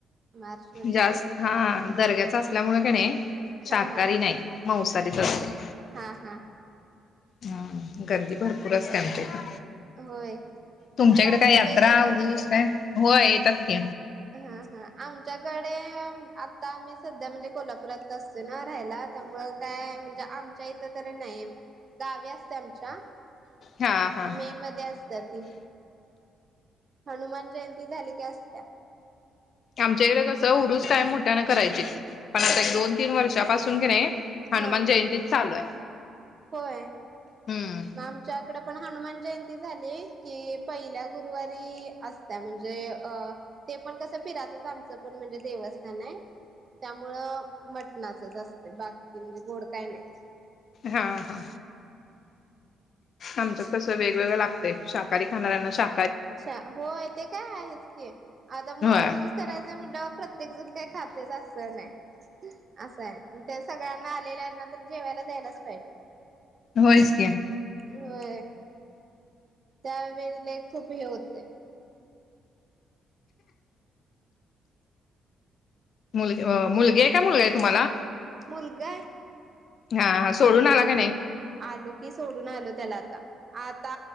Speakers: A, on the right; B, on the left.
A: मार्च मध्ये
B: जास्त
A: होय.
B: हा दर्याचा असल्यामुळे घ नाही. शाकाहारी
A: हा हा
B: नाही मवसारीच नाही..
A: हा हा.
B: हम् गर्दी भरपूर असते आमची का.
A: होय.
B: तुमच्याकडे
A: मग पाळणं
B: काय यात्रा
A: वगैरे
B: उरूस काय हो येतात की
A: हा हा आमच्याकडे आता आम्ही सध्या म्हणजे कोल्हापुरात असत ना राहायला त्यामु काय म्हणजे आमच्या इथं तरी नाही दहावी असते आमच्या
B: हा हा
A: मे मध्ये असत ती हनुमान जयंती झाली की असत्या
B: आमच्याकडे कसं हरुस कायम मोठ्यानं करायची पण आता
A: हा
B: एक
A: हा
B: दोन तीन वर्षापासून की नाही हनुमान
A: हा
B: जयंतीच चालू आहे
A: होय
B: हम्म
A: मग आमच्याकडे पण हनुमान जयंती झाली की पहिल्या गुरुवारी असत म्हणजे अ ते पण कसं फिरतच आमचं पण म्हणजे देवस्थान आहे त्यामुळं मटणाचच असते बाकी म्हणजे गोड काय नाही
B: हा हा आमच तसं वेगवेगळं लागते शाह खाणाऱ्यांना शा
A: अच्छा हो ते काय आहेच की आता मग
B: होय
A: उरुस करायचं म्हट प्रत्येक जून काही खाते असत नाही असं आहे ते सगळ्यांना आलेल्यांना तर जेवायला द्यायलाच पाहिजे
B: होचक
A: हो त्यावेेळेला खूप हे होते
B: मुलगी मुलगी आहे काय मुलगा आहे तुम्हाला
A: मुलगा आहे
B: हा हा सोडून आला का नाही
A: आलो की सोडून आलो त्याला आता आता